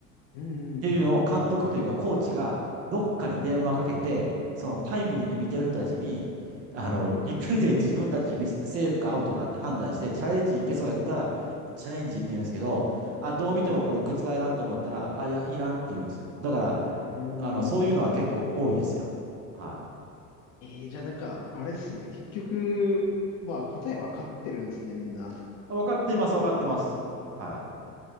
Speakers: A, on the left; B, on the right.
A: うん、うん、
B: っていうのを監督というかコーチがどっかに電話かけて、
A: うんうん。
B: そのタイムリーに見てる人たちに、
A: はい、
B: あの、リプレイ <laughs> 自分たちで見せてセーフかアウトかって判断して、チャレンジいけそうやったら、チャレンジって言うんですけど、あ、どう見てもこれ覆らんと思ったら、
A: はい。う
B: あ、いや、いらんって言うんですよ。だから、
A: ーん。
B: あの、そういうのは結構多いですよ。はい。
A: えー、じゃあなんか、あれですね。結局、まあ答えわかってるんですね、みんな。
B: 分かってます、分かってます。はい。